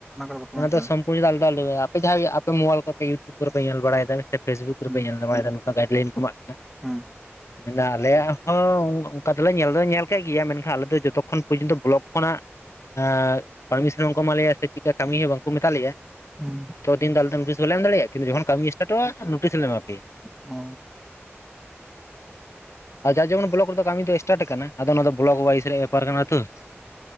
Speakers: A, in the centre; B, on the left.
A: ᱠᱚᱫᱚ ᱵᱟᱠᱚ
B: ᱚᱱᱟ
A: ᱢᱮᱱ
B: ᱫᱚ
A: ᱠᱟᱫᱟ
B: ᱥᱚᱢ <unintelligible> ᱟᱯᱮ ᱡᱟᱦᱟᱸᱭ ᱟᱯᱮ ᱢᱳᱵᱟᱞ ᱠᱚᱯᱮ ᱤᱭᱩᱴᱩᱵᱽ ᱠᱚᱯᱮ ᱧᱮᱞ ᱵᱟᱲᱟᱭᱫᱟ ᱦᱳᱭᱥᱮ ᱯᱷᱮᱥᱵᱩᱠ ᱠᱚᱨᱮᱯᱮ
A: ᱦᱩᱸ
B: ᱧᱮᱞ ᱵᱟᱲᱟᱭᱫᱟ ᱜᱟᱭᱤᱰ ᱞᱟᱭᱤᱱ ᱠᱚ ᱮᱢᱟᱜ ᱠᱟᱱᱟ ᱾
A: ᱦᱩᱸ ᱾
B: ᱢᱮᱱ ᱫᱟ ᱟᱞᱮᱭᱟᱜ ᱦᱚᱸ ᱩᱸ ᱼᱼ ᱛᱚ ᱟᱫᱚ ᱞᱮ ᱧᱮᱞ ᱫᱚᱞᱮ ᱧᱮᱞ ᱫᱚ ᱧᱮᱞ ᱠᱮᱜ ᱜᱮᱭᱟ ᱢᱮᱱᱠᱷᱟᱱ ᱟᱞᱮ ᱫᱚ ᱡᱚᱛᱚᱠ ᱠᱷᱚᱱ ᱯᱚᱨᱡᱚᱱᱛᱚ ᱵᱞᱚᱠ ᱠᱷᱚᱱᱟᱜ ᱮᱸᱫ ᱯᱟᱨᱢᱤᱥᱚᱱ ᱵᱟᱝᱠᱚ ᱮᱢᱟᱞᱮᱭᱟ ᱥᱮ ᱪᱮᱫᱠᱟ ᱠᱟᱹᱢᱤ ᱦᱚᱸ ᱵᱟᱝ ᱠᱚ ᱢᱮᱛᱟ ᱞᱮᱭᱟ
A: ᱦᱩᱸ ᱾
B: ᱛᱚ ᱛᱤᱦᱤᱧ ᱫᱚ ᱟᱞᱮ ᱫᱚ ᱱᱳᱴᱤᱥ ᱵᱟᱞᱮ ᱮᱢ ᱫᱟᱲᱮᱜ-ᱟ ᱠᱤᱱᱛᱩ ᱡᱚᱠᱷᱚᱱ ᱠᱟᱹᱢᱤ ᱮᱥᱴᱟᱴᱚᱜᱼᱟ ᱱᱳᱴᱤᱥ ᱞᱮ ᱮᱢᱟᱯᱮᱭᱟ ᱾
A: ᱚ ᱾
B: ᱡᱟᱨ ᱡᱮᱢᱚᱱ ᱵᱞᱚᱠ ᱨᱮᱫᱚ ᱠᱟᱹᱢᱤ ᱫᱚ ᱮᱥᱴᱟᱴ ᱟᱠᱟᱱᱟ ᱟᱫᱚ ᱚᱱᱟ ᱫᱚ ᱵᱞᱚᱠ ᱚᱣᱟᱭᱤᱥ ᱨᱮᱭᱟᱜ ᱵᱮᱯᱟᱨ ᱠᱟᱱᱟ ᱛᱚ ᱾